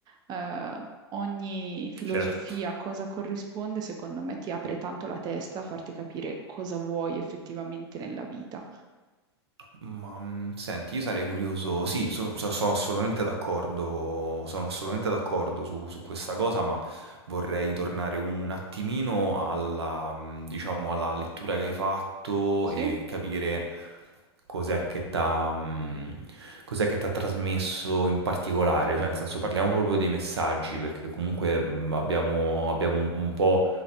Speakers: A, on the right; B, on the right.
A: eh, ogni filosofia,
B: certo.
A: cosa corrisponde, secondo me ti apre tanto la testa a farti capire cosa vuoi effettivamente nella vita.
B: Ma mh, senti, io sarei curioso, sì, so- so- sono assolutamente d'accordo, sono assolutamente d'accordo su, su questa cosa, ma vorrei tornare un attimino alla, mh, diciamo, alla lettura che hai fatto
A: Sì,
B: e capire cos'è che t'ha, mh, cos'è che t'ha trasmesso in particolare, cioè nel senso parliamo proprio dei messaggi, perché comunque mh, abbiamo, abbiamo un po'